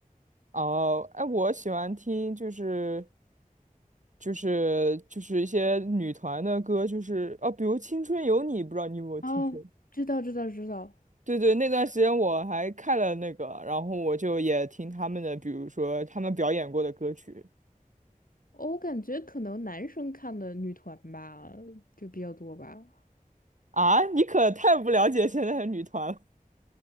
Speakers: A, on the right; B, on the left.
A: 哦，哎，我喜欢听就是就是就是一些女团的歌，就是哦，比如《青春有你》，不知道你有没有听过？
B: 哦，知道知道知道。
A: 对对，那段时间我还看了那个，然后我就也听他们的，比如说他们表演过的歌曲
B: 哦，我感觉可能男生看的女团吧，就比较多吧，
A: 啊。你可太不了解现在的女团了，